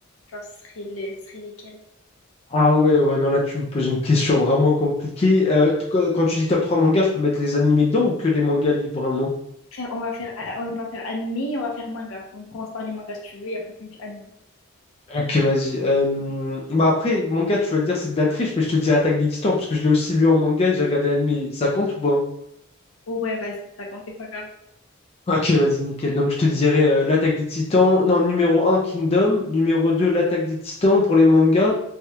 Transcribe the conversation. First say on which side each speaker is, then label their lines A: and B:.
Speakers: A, on the left; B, on the left.
A: genre ce serait, les, ce serait lesquels?
B: Ah ouais, ouais, non, là tu me poses une question vraiment compliquée. Euh, t- quand quand tu dis top 3 mangas, je peux mettre les animés dedans ou que les mangas livres vraiment?
A: Faire- on va faire, ah, on va faire animé et on va faire manga. Donc on commence par les mangas si tu veux et après tu me fais animé.
B: Ok, vas-y. Euh, bah après, manga, tu vas dire c'est de la triche, mais je te dirais Attaque des Titans, parce que je l'ai aussi lu en manga et j'ai regardé l'animé. Ça compte ou pas?
A: Ouais, vas-y, ça compte, c'est pas grave.
B: Ok, vas-y, nickel. Donc je te dirais euh, l'Attaque des Titans. Non, numéro un Kingdom. Numéro 2 l'Attaque des Titans pour les mangas.